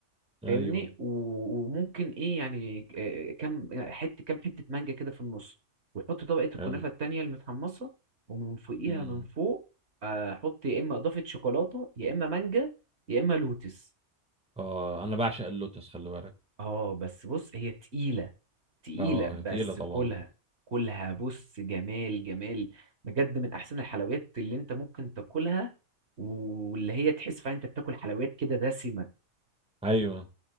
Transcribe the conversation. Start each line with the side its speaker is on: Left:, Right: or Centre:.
Centre: ايوه
Right: فاهمني و- وممكن ايه يعني آه، كام حته كام حته مانجا كده في النص وحط طبقه
Centre: حلو
Right: الكنافه التانية المتحمصه ومن فوقيها
Centre: امم
Right: من فوق آه، حط يا اما اضافه شوكولاته يا اما مانجا يا اما لوتس
Centre: اه انا بعشق اللوتس خلي بالك
Right: اه بس بص هي تقيله تقيله
Centre: اه تقيله
Right: بس
Centre: طبعا
Right: كلها كلها بص جمال جمال بجد من احسن الحلويات اللي انت ممكن تاكلها واللي هي تحس فعلا انت بتاكل حلويات كده دسمه
Centre: ايوه